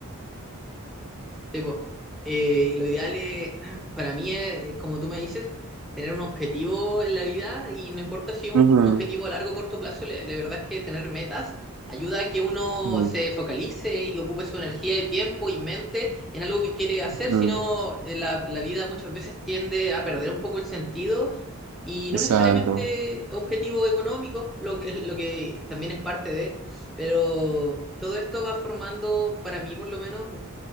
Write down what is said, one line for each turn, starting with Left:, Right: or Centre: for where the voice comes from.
Centre: Sí, po. Eh, lo ideal es, <clears throat> para mí es, eh, como tú me dices, tener un objetivo en la vida y no importa si un,
Right: Ujú,
Centre: un objetivo a largo o corto plazo, le- la, verdad es que tener metas ayuda a que uno
Right: sí,
Centre: se focalice y ocupe su energía y tiempo y mente en algo que quiere hacer,
Right: ujú,
Centre: Si sino la, la vida muchas veces tiende a perder un poco el sentido y
Right: Exacto.
Centre: no necesariamente objetivos económicos, lo que, <laughs> lo que también es parte de, pero todo esto va formando para mí por lo menos